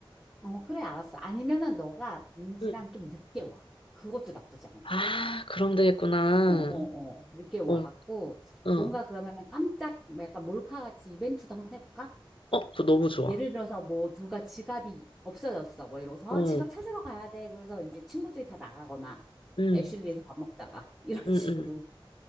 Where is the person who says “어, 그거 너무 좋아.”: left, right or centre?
Left